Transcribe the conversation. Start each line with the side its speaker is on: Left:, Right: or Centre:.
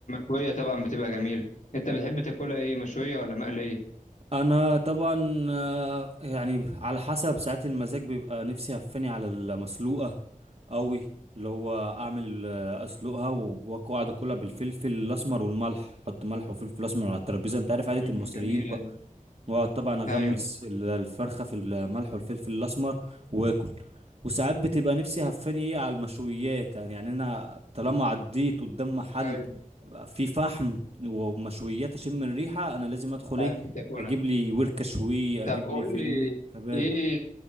Left: مشوية طبعا بتبقى جميلة أنت بتحب تاكلها إيه مشوية ولا مقلية؟
Right: انا طبعا آه، يعني على حسب ساعات المزاج بيبقى نفسي هفاني على المسلوقه قوي اللي هو اعمل آه، اسلقها و- واقعد اكلها بالفلفل الاسمر والملح احط ملح وفلفل اسمر على الترابيزه انت عارف عاده
Left: مم،
Right: المصريين
Left: جميلة دي
Right: واقعد طبعا اغمس
Left: أيوه
Right: ال- الفرخه في الملح والفلفل الاسمر واكل وساعات بتبقى نفسي هفاني ايه على المشويات يعني يعني انا طالما عديت قدام محل
Left: أيوه
Right: في فحم ومشويات اشم الريحه انا لازم ادخل
Left: بتحب
Right: ايه
Left: تاكلها
Right: اجيب لي وركه شوي
Left: طب
Right: اجيب
Left: قول
Right: لي فاهمني
Left: لي
Right: كباب
Left: إيه